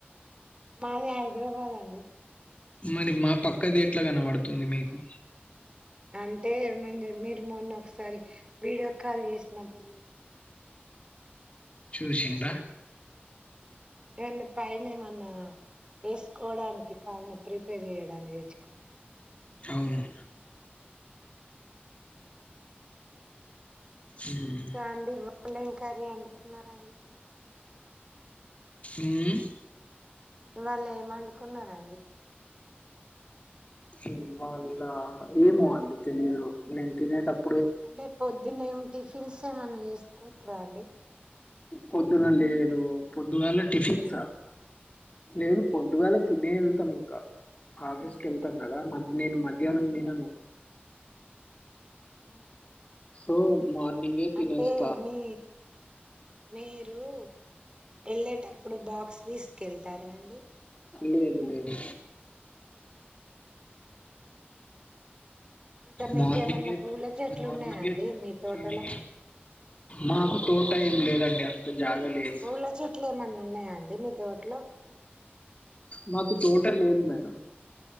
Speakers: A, on the right (about 25°); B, on the left (about 35°).
A: మాది హైదరాబాద్ అండి
B: మరి మా పక్కది ఎట్లా కనపడుతుంది మీకు
A: అంటే మీ మీరు మొన్న ఒకసారి వీడియో కాల్ చేసినప్పుడు చూసానండి
B: చూసిందా
A: ఇవన్న పైన మన వేసుకోవడానికి పైన రీపేర్ చేయడానికి తెచ్చుకున్నారు
B: అవును
A: ఉ
B: ఉమ్
A: ఇంకా అండి ఇవాళ ఏం కర్రీ అడుకున్నారండి
B: ఉమ్
A: వాళ్ళు ఏమండుకున్నారండి
B: ఉమ్ వాళ్ళ ఏమో అండి తెలీదు నేను తినేటప్పు
A: అంటే పొద్దున్న ఏమి టిఫిన్స్ ఏమన్నా చేసుకుంటార అండి
B: పొద్దున లేదు పొద్దుగాల టిఫిన్స లేదు పొద్దుగాల తినే వెళ్తాము ఇంకా ఆఫీస్కి వెళ్తాం కదా మ నేను మధ్యాహ్నం తినను
A: హ
B: సో మార్నింగే తినేస్తా
A: అంటే మీ మీరు యేళ్ళేటప్పుడు బాక్స్ తీసుకెళ్తారా అండి
B: లేదు లేదు
A: హ ఇంకా మీకేమన్నా
B: మార్నింగే
A: పూల చెట్లు
B: మార్నింగే
A: ఉన్నాయా అండి మీ తోటల
B: తిని మాకు తోట ఏం లేదండి అంత జాగా లేదు
A: పూల చెట్లు ఏమన్నా ఉన్నాయా అండి మీ తోటలో
B: మాకు తోట లేదు మేడం